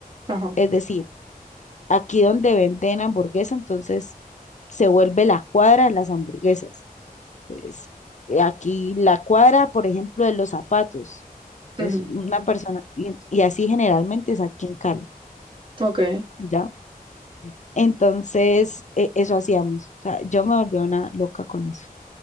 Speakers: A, on the right; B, on the left.
A: Ajá.
B: Es decir, aquí donde venden hamburguesa, entonces se vuelve la cuadra de las hamburguesas. Entonces, eh, aquí la cuadra, por ejemplo, de los zapatos.
A: ujú,
B: Entonces, una persona, y, y así generalmente es aquí en Cali,
A: Ok.
B: ¿ya? Entonces, e- eso hacíamos. O sea, yo me volví una loca con eso,